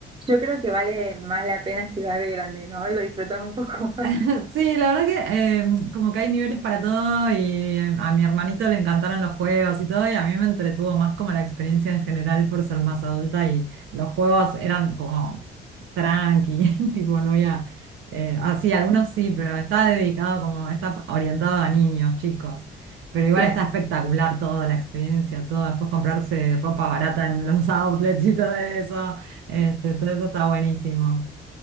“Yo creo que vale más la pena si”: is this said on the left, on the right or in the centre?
Right